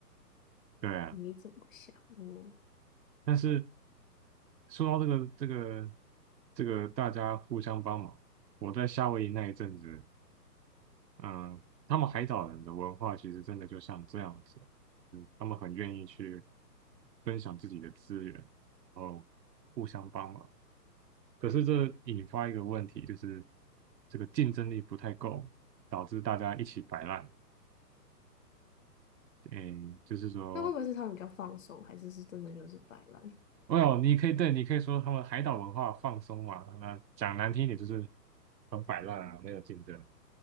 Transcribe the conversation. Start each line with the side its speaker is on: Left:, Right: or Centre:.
Right: 对啊，
Left: 你怎么想？嗯，
Right: 但是说到这个这个这个大家互相帮忙，我在夏威夷那一阵子，嗯，他们海岛人的文化其实真的就像这样子，就是他们很愿意去分享自己的资源，然后互相帮忙。可是这引发一个问题，就是这个竞争力不太够，导致大家一起摆烂。诶，就是说
Left: 那会不会是他们比较放松，还是是真的就是摆烂？
Right: 哦，你可以对，你可以说他们海岛文化放松嘛，那讲难听一点就是很摆烂啊，没有竞争。